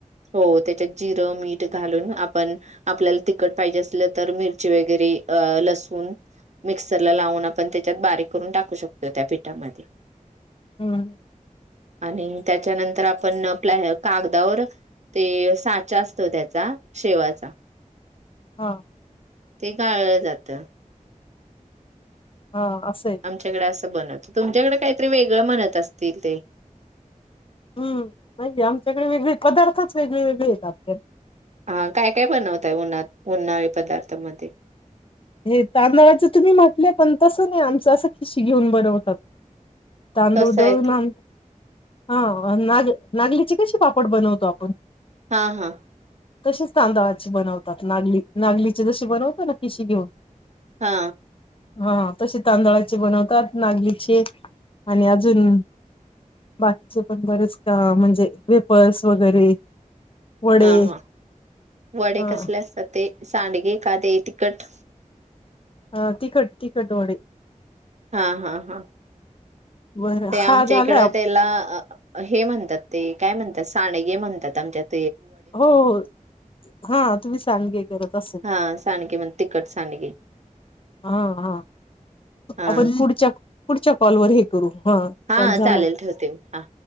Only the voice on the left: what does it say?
हम्म
हा
हा असं आहे
हूं नाहीेये आमच्याकडे वेगळे पदार्थच वेगळे वेगळे येतात.
हे तांदळाच तुम्ही म्हटलं पण तसं नाही आमच असं खिशी घेऊन बनवतात. तांदूळ
दळून
आणता हा नाग नागलीची कसे पापड बनवतो आपण
तसेच तांदाळाची बनवतात नागली नागलीची जशी बनवतात ना किशी घेऊन
हा तसे तांदळाचे बनवतात नागलीचे आणि अजून बाकीचे पण बरेच का म्हणजे वेफर्स वगैरे वडे
हा
हा तिखट तिखट वडे
बरं
हा
झालाय
हो
हो हो हो हा तुम्ही सांडगे करत असेल
हा हा
आपण पुढच्या पुढच्या कॉलवर हे करू
कॉल झालाय